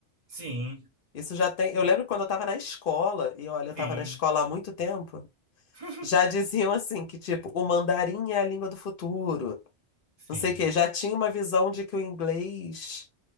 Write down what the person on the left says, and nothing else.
Isso já tem. Eu lembro quando eu estava na escola, e olha,
eu estava na escola há muito tempo,
já diziam assim que, tipo, o mandarim é a língua do futuro.
Não sei o quê. Já tinha uma visão de que o inglês,